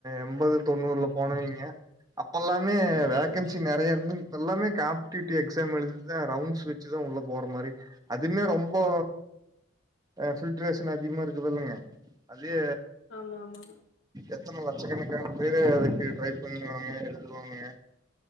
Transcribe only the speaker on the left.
ம்
ஆமா ஆமா